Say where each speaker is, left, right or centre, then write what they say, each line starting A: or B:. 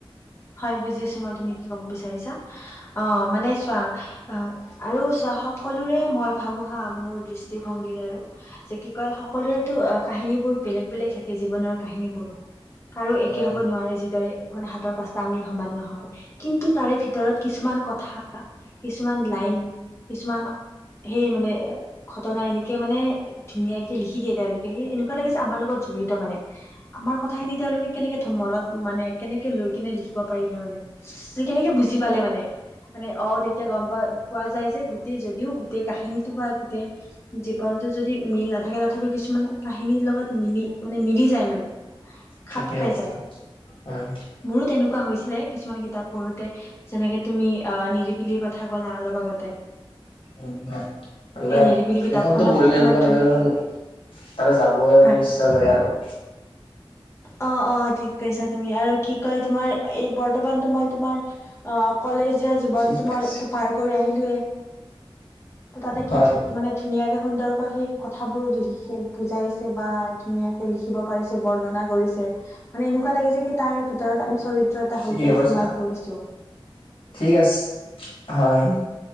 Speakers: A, on the left; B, on the left.
A: হয় বুজিছো মই তুমি কি কব বিচাৰিছা অ' মানে চোৱা অ আৰু চোৱা সকলোৰে মই ভাবো হা মোৰ দৃষ্টিভংগীৰে আৰু যে কি কয় সকলোৰেতো কাহিনীবোৰ বেলেগ বেলেগ থাকে জীৱনৰ কাহিনীবোৰ! কাৰো একে
B: হয়
A: হ'ব নোৱাৰে যিদৰে মানে হাতৰ পাঁচটা আঙুলি সমান নহয় কিন্তু, তাৰে ভিতৰত কিছুমান কথা কিছুমান লাইন কিছুমান সেই মানে ঘটনা এনেকে মানে ধুনীয়াকে লিখি দিয়ে তেওঁলোকে সেই এনেকুৱা যে আমাৰ লগত জড়িত মানে আমাৰ কথাখিনি তেওঁলোকে কেনেকে ধমলত মানে কেনেকে লৈ কেনে লিখিব পাৰিলে মানে যে কেনেকে বুজি পালে মানে মানে অ'তেতিয়া গম পোৱা পোৱা যায় যে গোটেই যদিও গোটেই কাহিনীটো বা গোটেই জীৱনটো যদি মিল নাথাকে তথাপিও কিছুমান কাহিনীৰ লগত মিলি মানে মিলি যায় মানে খাপ
B: ঠিকে
A: খাই
B: কৈছা
A: যায়
B: হয়
A: মোৰো তেনেকুৱা হৈছিলে কিছুমান কিতাপ পঢ়োঁতে যেনেকে তুমি অ নিৰিবিলিৰ কথা ক'লা অলপ আগতে
B: উম হয় মানে
A: সেই নিৰিবিলি কিতাপখনত
B: সেই খনটো পঢ়িলে
A: তোমাৰ
B: এনেকুৱা
A: ধুনীয়াকে
B: লাগে যেন তাৰে যাবই
A: হয়।
B: মানে ইচ্ছা যায় আৰু
A: অ' অ ঠিক কৈছা তুমি আৰু কি কয় তোমাৰ এই বৰ্তমানতো মই তোমাৰ তোমাৰ অ কলেজীয়া জীৱনটো
B: ঠিক
A: মই
B: আছে
A: মইটো পাৰ কৰি আহিলোয়ে ত 'তাতে
B: হয়
A: কি ধু মানে ধুনীয়াকে সুন্দৰকৈ সেই কথাবোৰ লিখি বুজাইছে বা ধুনীয়াকে লিখি দিব পাৰিছে বৰ্ণনা কৰিছে মানে এনেকুৱা লাগে যে কি তাৰ ভিতৰত আমি চৰিত্ৰ এটা
B: ঠিকে
A: হৈ কিনে
B: কৈছা
A: সোমাই পৰিছোঁ
B: ঠিক আছে হয়